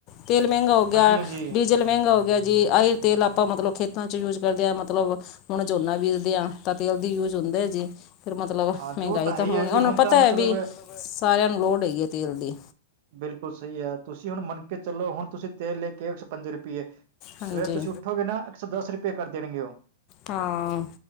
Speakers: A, on the left; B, on the right.
A: ਤੇਲ ਮੈਂਗਾ ਹੋ ਗਿਆ।
B: ਹਾਂਜੀ ਹਾਂਜੀ
A: ਡੀ- ਜਲ ਮੈਂਗਾ ਹੋ ਗਿਆ ਜੀ। ਆਈ ਤੇਲ ਆਪਾਂ, ਮਤਲਬ ਖੇਤਾਂ ਚ, ਯੂਜ ਕਰਦੇ ਆਂ। ਮਤਲਬ ਹੁਣ ਝੋਨਾ ਬੀਜਦੇ ਆ। ਤਾਂ ਤੇਲ ਦੀ ਯੂਜ ਹੁੰਦੇ ਜੇ। ਫੇਰ ਮਤਲਬ,
B: ਹਾਂ
A: ਮੈਗਾਈ
B: ਜੋ ਹੈ
A: ਤਾਂ
B: ਹੀ
A: ਹੋਣੀ।
B: ਹੈ ਜੀ
A: ਹੁਣ ਪਤਾ
B: ਤਾਂ ਮਤਲਬ
A: ਐ ਵੀ, ਸਾਰਿਆਂ ਨੂੰ ਲੋੜ ਹੈਗੀ ਐ। ਤੇਲ ਦੀ।
B: ਬਿਲਕੁਲ ਸਈ ਐ। ਤੁਸੀਂ ਹੁਣ ਮੰਨਕੇ ਚਲੋ, ਹੁਣ ਤੁਸੀਂ ਤੇਲ ਲੈ ਕੇ ਅਏ। ਇਕ ਸੋ, ਪੰਜ ਰੁਪਈਏ।
A: ਹਾਂਜੀ
B: ਸਵੇਰ ਤੁਸੀਂ ਉੱਠੋਗੇ ਨਾ। ਇੱਕ ਸੌ ਦਸ, ਰੁਪਏ ਕਰ ਦੇਣਗੇ ਓ।
A: ਹਾਂ।